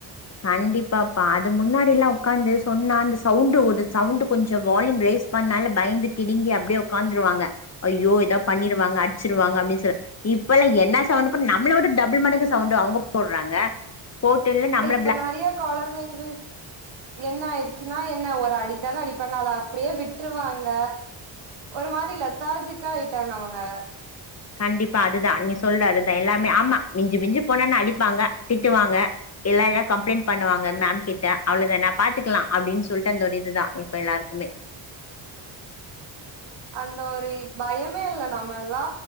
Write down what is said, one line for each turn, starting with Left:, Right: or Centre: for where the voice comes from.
Left: கண்டிப்பாப்பா அது முன்னாடில்லா உக்காந்து சொன்னா அந்த சவுண்டு ஒரு சவுண்டு் கொஞ்சொ வால்யூம் ரேஸ் பண்ணால பயந்து கிடுங்கி அப்டியே ஒக்காந்துருவாங்க ஐயோ எதா பண்ணிருவாங்க அடுச்சிருவாங்க அப்டி சொல்ல இப்பல்லா என்னா சவுண்டு போட் நம்ள விட டபுள் மடங்கு சவுண்டு அவுங்க போட்றாங்க போட்டு நம்ள
Right: பொ நெறைய கொழந்தைங்ளுக் என்ன ஆயிடுச்சு னா என்ன ஒரு அடிதான அடிப்பாங்க அத அப்டியே விட்ருவாங்க ஒரு மாரி லத்தாஜிக்கா ஆயிட்டாங்க அவுங்க
Left: கண்டிப்பா அதுதா நீங்க சொல்ற அதுதா எல்லாமே ஆமா மிஞ்சு மிஞ்சு போனான்னெ அடிப்பாங்க திட்டுவாங்க எல்லா ‌என்ன கம்ப்ளைண்ட் பண்ணுவாங்க மேம் கிட்ட அவ்ளதான பாத்துக்கலா அப்டின் சொல்ட்டு அந்த ஒரு இதுதா இப்ப எல்லாருக்குமே
Right: அந்த ஒரு பயமே இல்ல நம்மல்லா